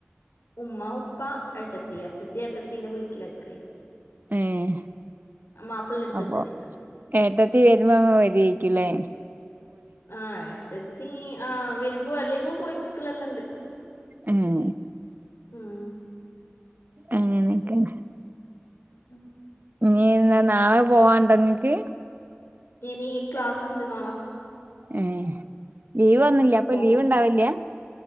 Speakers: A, on the left; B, on the right.
A: ഉമ്മ, ഉപ്പ, എട്ടത്തി. എട്ടത്തി എട്ടത്തിന്റെ വീട്ടിലാ ക്കല്.
B: ഏഹ്.
A: മാപ്പിളന്റെ അടുത്ത്
B: അപ്പം
A: നിക്കല്
B: ഏട്ടത്തി വരുമ്പോ ഇങ്ങ വര്വേക്കുംല്ലേ
A: ആഹ് ഏട്ടത്തി, ആഹ് വരുമ്പോ അല്ലെങ്കും പോയി നിക്കലല്ലണ്ട്
B: ഏഹ്
A: ഉം
B: അങ്ങനൊക്കെണ്
A: ഉം
B: ഇഞി എന്താ നാളെ പോവാണ്ടൊങ്ങക്ക്?
A: ഇനി ക്ലാസ്സുണ്ട് നാള
B: ഏ ലീവ് ഒന്നുല്ല ഇപ്പ
A: പോണം
B: ലീവിണ്ടാവില്ലൃ